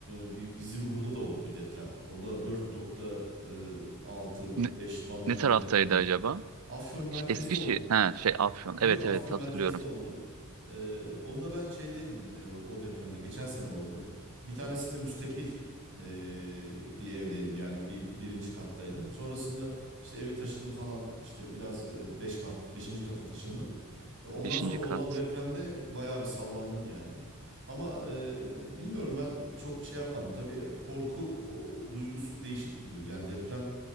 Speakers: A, on the right (about 55°); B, on the right (about 80°).
A: e, bir bizim burada da oldu bir deprem. O da 4.6-5
B: Ne,
A: bandında
B: ne taraftaydı
A: bir deprem oldu.
B: acaba?
A: Afyon merkezli
B: Eskişehir.
A: oldu.
B: Ha, şey Afyon.
A: Yo,
B: Evet
A: yo,
B: evet
A: Afyon
B: hatırlıyorum.
A: merkezde oldu. Ee, onu ben şeydeydim e, o depremde. Geçen sene oldu. Bir tanesinde müstakil e, bir evdeydim. Yani bir birinci kattaydım. Sonrasında işte evi taşıdım falan. İşte biraz e, beş kat, beşinci kata taşındım. E, Ondan
B: Beşinci
A: sonra olan
B: kat.
A: depremde bayağı bir sallandım yani. Ama e, bilmiyorum ben çok şey yapmadım. Tabii korku o- o duygusu değişik bir duygu. Yani deprem